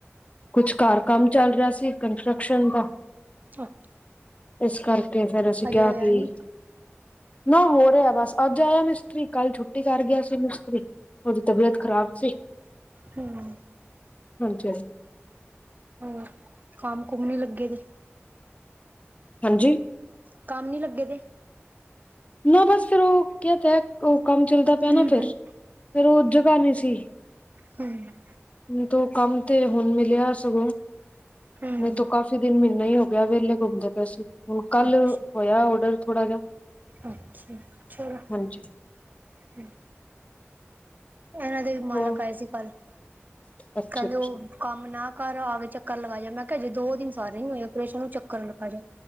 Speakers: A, on the left; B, on the right.
A: ਘਰ ਕੰਮ ਚੱਲ ਰਿਹਾ ਸੀ ਕੰਸਟਰਕਸ਼ਨ ਦਾ
B: ਅੱਛਾ
A: ਇਸ ਕਰਕੇ ਤੇ ਫੇਰ ਅਸੀਂ ਕਿਹਾ
B: ਹਜੇ ਹੋਇਆ
A: ਕੀ!
B: ਨੀ
A: ਨਾ ਹੋ ਰਿਹਾ ਬਸ ਅੱਜ ਆਇਆ ਮਿਸਤਰੀ ਕੱਲ੍ਹ ਛੁੱਟੀ ਕਰ ਗਿਆ ਸੀ ਮਿਸਤਰੀ ਉਹਦੀ ਤਬੀਅਤ ਖਰਾਬ ਸੀ
B: ਹੂੰ।
A: <unintelligible>
B: ਹੋਰ, ਕੰਮ ਕੁਮ ਨੀ ਲੱਗੇ ਦੇ?
A: ਹਾਂਜੀ।
B: ਕੰਮ ਨੀ ਲੱਗੇ ਦੇ।
A: ਨਾ ਬਸ ਫੇਰ ਔ ਕੇਆ ਤੇ ਐ। ਕੋ ਕੰਮ ਚੱਲਦਾ ਪਿਆ
B: ਹਮ
A: ਨਾ ਫੇਰ,
B: ਹਮ
A: ਫੇਰ ਔ ਜਗਾ ਨੀ ਸੀ।
B: ਹਏ।
A: ਹੁਣ ਤੂੰ ਕੰਮ ਤੇ ਹੁਣ ਮਿਲਿਆ ਸ ਸਗੋਂ,
B: ਹਮ
A: ਨਹੀਂ ਤੋ ਕਾਫ਼ੀ ਦਿਨ ਮੀਨਾ ਈ ਹੋ ਗਿਆ ਵੇਲੇ ਘੁੰਮਦੇ ਪਏ ਸੀ, ਹੁਣ ਕੱਲ
B: ਅੱਛਾ
A: ਹੋਇਐ ਔਡਰ ਥੋੜਾ ਜਾ।
B: ਅੱਛਾ ਚਲੋ,
A: ਹਾਂਜੀ
B: ਹੂੰ। ਐਨਾਂ ਦੇ ਵੀ ਮਾਲਕ
A: ਹੋਰ
B: ਆਏ ਸੀ ਕੱਲ।
A: ਅੱਛਾ
B: ਕੈੰਦੇ
A: ਅੱਛਾ
B: ਔ ਕੰਮ ਨਾ ਘਰ ਆ ਕੇ ਚੱਕਰ ਲਗਾ ਜਣ ਮੈਂ ਕੈ ਹਜੇ ਦੋ ਦਿਨ ਸਾਰੇ ਨੀ ਹੋਏ ਔਰੇਸ਼ਨ ਨੂੰ ਚੱਕਰ ਲਗਾ ਜੇ।